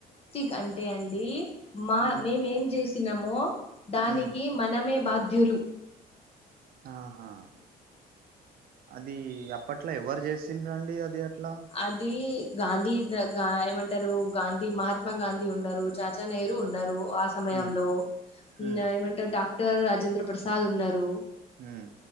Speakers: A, on the left; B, on the right.
A: క్ అంటే అండి మా
B: ఉమ్
A: మేముేం చేసినామో దానికి
B: ఉమ్
A: మనమే బాధ వ వెలు
B: ఆహా అది అప్పట్లో ఎవరు చేసిినండి అది అట్లా
A: అది గాంధీగాంట రు గాంధీ మహాత్మా గాంధీ ఉన్నారు చాచా నెహరు ఉన్నారు ఆ సమయంలో
B: ఉమ్ ఉమ్
A: ఏమంటే డాక్టర్ రాజేంద్ర ప్రసాద్ ఉన్నారు
B: ఉమ్